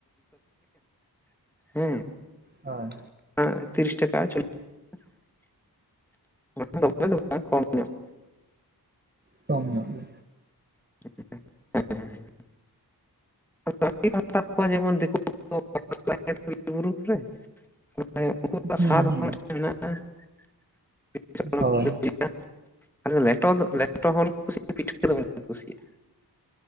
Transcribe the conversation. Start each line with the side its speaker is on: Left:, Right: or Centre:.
Centre: <unintelligible>
Right: ᱦᱳᱭ᱾
Centre: <unintelligible>
Right: ᱠᱚᱢ ᱧᱚᱜ ᱜᱮ᱾
Centre: ᱦᱮᱸ ᱦᱮᱸ <unintelligible> <unintelligible>
Right: ᱦᱩᱸ ᱦᱩᱸ
Centre: <unintelligible>
Right: ᱦᱳᱭ
Centre: <unintelligible>